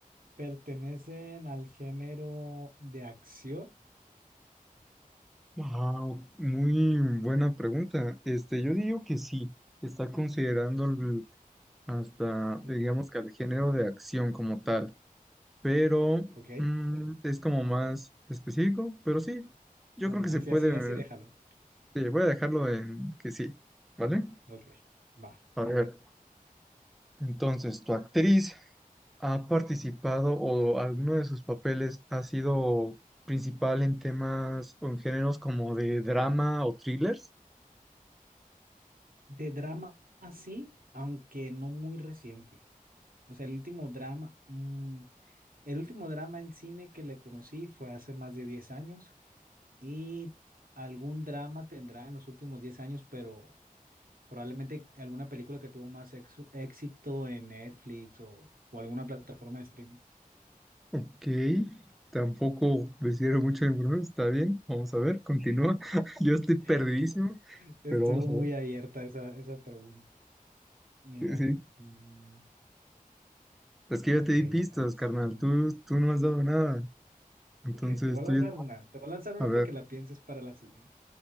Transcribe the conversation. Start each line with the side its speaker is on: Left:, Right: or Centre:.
Right: ¿pertenecen al género de acción?
Centre: Wow, muy buena pregunta. Este, yo digo que sí, está considerando el- hasta,
Right: Ok,
Centre: digamos que al género de acción como tal, pero
Right: ok.
Centre: mm, es como más específico, pero sí, yo
Right: No,
Centre: creo
Right: no,
Centre: que se
Right: así,
Centre: puede,
Right: así, así, déjalo.
Centre: sí, voy a dejarlo en que sí, ¿vale?
Right: Ok, va,
Centre: A
Right: muy
Centre: ver,
Right: bien.
Centre: entonces, ¿tu actriz ha participado o alguno de sus papeles ha sido principal en temas o en géneros como de drama o thrillers?
Right: De drama, así, aunque no muy reciente. O sea, el último drama, mm, El último drama en cine que le conocí fue hace más de 10 años y algún drama tendrá en los últimos 10 años, pero probablemente alguna película que tuvo más ex- éxito en Netflix o, o alguna plataforma de streaming.
Centre: Ok, tampoco me sirve mucho en brujo, está bien, vamos a ver, continúa. <laughs> Yo estoy perdidísimo,
Right: <laughs> Estuvo
Centre: pero vamos a
Right: muy
Centre: ver.
Right: abierta esa, esa pregunta. Mira,
Centre: Sí, sí.
Right: mm,
Centre: es que
Right: ok,
Centre: ya te di pistas,
Right: acción.
Centre: carnal, tú, tú no has dado nada. Entonces
Right: Ok, te voy a
Centre: tú
Right: lanzar
Centre: ya...
Right: una, te voy a lanzar una
Centre: A ver,
Right: para que la pienses para la siguiente.